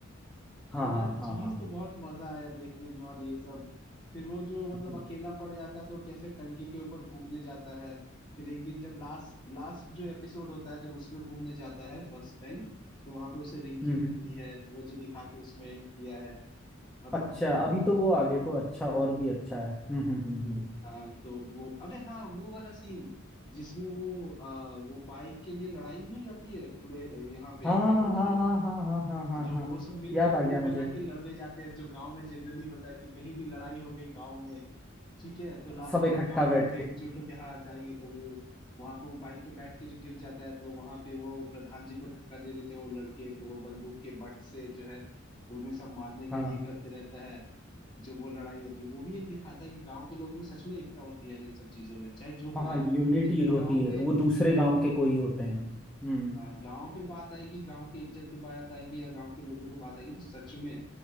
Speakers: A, in the centre; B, on the left.
A: हाँ
B: तो यार
A: हाँ
B: चीज
A: हाँ हाँ
B: तो बहुत मजा आया देखने में और ये सब फिर वो जो मतलब
A: हम्म
B: अकेला पड़ जाता है तो कैसे टंकी के ऊपर घूमने जाता है फिर एक दिन जब लास्ट लास्ट जो एपिसोड होता है जब उसमें घूमने जाता है फर्स्ट टाइम तो वहां पे उसे रिंकी
A: हम्म
B: मिलती
A: हम्म।
B: है वो जो दिखा के उसमें एंड किया है मतलब
A: अच्छा अभी तो वो आगे को अच्छा और भी अच्छा है हम्म हम्म हम्म हम्म।
B: हाँ तो वो अरे हाँ वो वाला सीन जिसमें वो आ, वो बाइक के लिए लड़ाई नहीं हो जाती है खुले यहाँ पे
A: हाँ
B: क्या बोलते
A: हाँ
B: हैं
A: हाँ हाँ हाँ हाँ हाँ हाँ
B: जो
A: हाँ।
B: वो सब मिलके
A: याद आ
B: ग्रुप
A: गया
B: बना
A: मुझे
B: के लड़ने जाते हैं जो गांव में जनरली होता है कि कहीं भी लड़ाई हो गई गांव में ठीक है तो ला-
A: सब
B: गा-
A: इकट्ठा
B: गांव के
A: बैठ
B: लोग एकजुट
A: के
B: होके हाँ जाएंगे तो वो वहां पे वो बाइक पे बैठ के जो गिर जाता है तो वहां पे वो प्रधान जी को धक्का दे देते हैं वो लड़के तो वो बंदूक के बट से जो है उन्हें सब मारने का
A: हाँ
B: ये करते रहता है जो वो लड़ाई होती है वो भी एक दिखाता है कि गांव के लोगों में सच में एकता होती है यार इन सब चीजों में चाहे जो हो
A: हाँ
B: जाए
A: यूनिटी
B: लेकिन
A: होती
B: गांव
A: है
B: पे
A: वो दूसरे गांव के कोई होते हैं हम्म
B: हाँ, गांव पे बात आएगी गांव की इज्जत पे बात आएगी या गांव के लोगों पे बात आएगी तो सच में